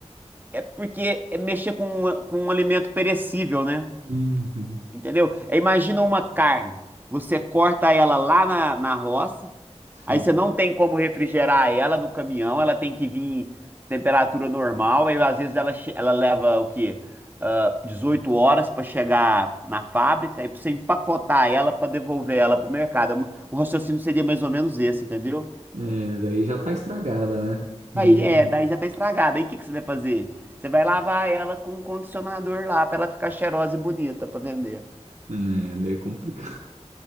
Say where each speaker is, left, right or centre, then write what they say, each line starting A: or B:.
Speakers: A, on the right; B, on the right.
A: É porque é mexer com, uma- com um alimento perecível, né?
B: Uhum,
A: Entendeu? É, imagina uma carne. Você corta ela lá na, na roça,
B: Sim.
A: Aí você não tem como refrigerar ela no caminhão, ela tem que vir em temperatura normal. Aí às vezes ela, che- ela leva o quê? Ah, 18 horas para chegar na fábrica e pra você empacotar ela para devolver ela pro mercado. Um- O raciocínio seria mais ou menos esse, entendeu?
B: É, daí já tá estragada, né? uhum.
A: Aí é, daí já tá estragada. Aí o que que você vai fazer? Você vai lavar ela com um condicionador lá para ela ficar cheirosa e bonita para vender.
B: Né, daí é complicado.